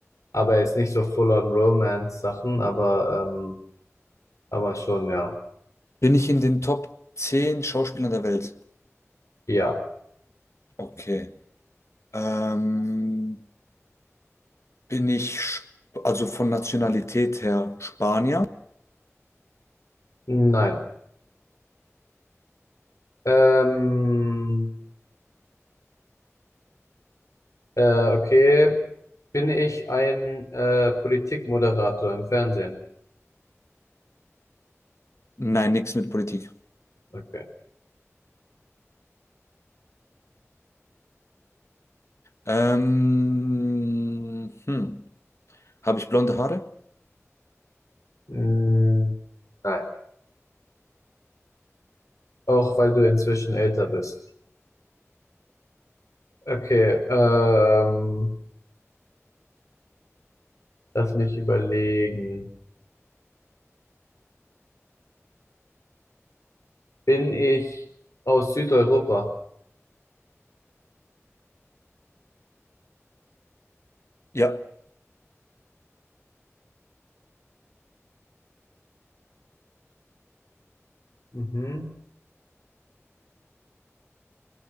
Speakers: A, on the left (about 85°); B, on the left (about 65°).
A: aber jetzt nicht so full-on Romance-Sachen, aber, ähm, aber schon, ja.
B: Bin ich in den Top 10 Schauspielern der Welt?
A: Ja.
B: Okay. Ähm, bin ich, Sp- also von Nationalität her Spanier?
A: Nein. Ähm, äh, okay. Bin ich ein äh, Politikmoderator im Fernsehen?
B: Nein, nichts mit Politik.
A: Okay.
B: Ähm, hm. Habe ich blonde Haare?
A: Mm, nein. Auch weil du inzwischen älter bist. Okay. Ähm, lass mich überlegen. Bin ich aus Südeuropa?
B: Ja.
A: Mhm.